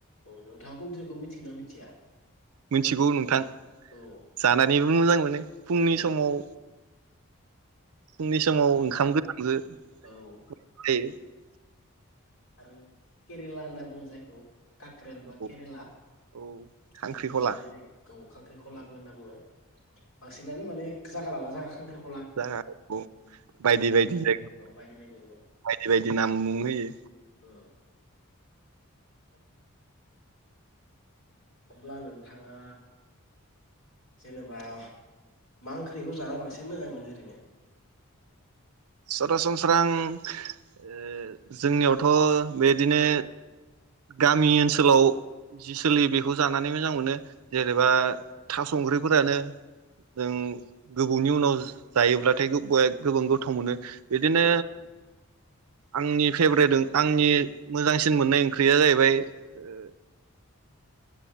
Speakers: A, on the left; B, on the right.
A: औ नोंथांया कुन्ट्रिखौ मिथियोना मिथिया
B: मिनथिगौ नोंथां
A: औ
B: जानानै <unintelligible> मोजां मोनो फुंनि
A: औ
B: समाव फुंनि
A: औ
B: समाव
A: आरो
B: ओंखाम गोथां जो
A: औ
B: <unintelligible> <unintelligible>
A: आरो केरेला होनना बुङो जायखौ काकक्रेल
B: औ
A: बा केरेला
B: औ खांख्रिखला
A: बेखौबो जानाय जायो गौ खांख्रिखलाबो
B: औ
A: होनना बुङो बांसिनानो माने जागा लाना जागा खांख्रि
B: जा उम बायदि बायदि
A: आरो
B: जायगा
A: औ बायदि बायदि होनो
B: बायदि बायदि नाम मुं होयो।
A: <unintelligible> <unintelligible> अब्ला नोंथाङा जेनेबा मा ओंख्रिखौ जाना बांसिन मोजां मोनो ओरैनो
B: सरासनस्रा आं ओ जोंनियावथ' बेदिनो गामि ओनसोलाव जि सोलियो बेखौ जानानै मोजां मोनो। जेरेबा
A: औ
B: थास' ओंख्रिफोरानो जों गोबावनि उनाव जायोब्लाथाय गोब बया गोबां गोथाव मोनो बिदिनो
A: औ
B: आंनि फेब्रेट ओं आंनि मोजांसिन मोननाय ओंख्रिया जाहैबाय ओ